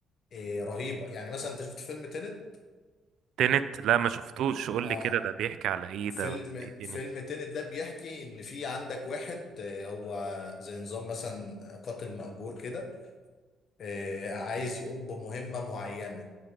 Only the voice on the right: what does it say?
تنت لا ما شفتوش قول
لي كده ده بيحكي على ايه
ده ولا ايه